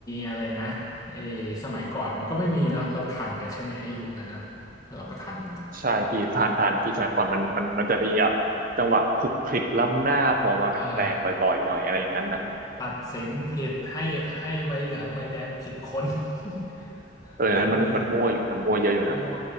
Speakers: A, on the left; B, on the right.
A: อะไรนะไอ้สมัยก่อนมันก็ไม่มีเนาะเราทันกันใช่ไหมไอ้ยุคนั้นเนาะเราก็ทันกันเนาะ
B: ใช่พี่ทานทานพี่สมัยก่อนมันมันมันจะมีแบบจังหวะคลุกคลิกล้ำหน้าโผล่มาแปลกๆบ่อยๆหน่อยอะไรอย่างนั้นน่ะ
A: อ่า ตัดสินผิดให้ให้ใบเหลืองใบแดงผิดคน <laughs>
B: เอออันนั้นมันมันมั่วอยู่มันมั่วเยอะอยู่นะ
A: มีมั่ว